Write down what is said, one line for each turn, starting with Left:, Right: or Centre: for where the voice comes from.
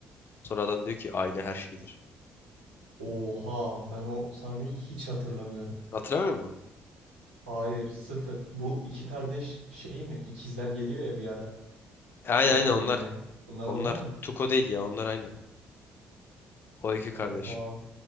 Left: Sonra adam diyor ki aile her şeydir.
Right: Oha ben o sahneyi hiç hatırlamıyorum.
Left: Hatırlamıyor musun?
Right: Hayır sıfır. Bu iki kardeş şey mi? İkizler geliyor ya bir ara.
Left: E, Aynen
Right: Walter
Left: aynen
Right: öldürmeye.
Left: onlar.
Right: Bunlar
Left: Onlar
Right: onlar mı?
Left: Tuko değil ya onlar aynen. O iki kardeş.
Right: Oha.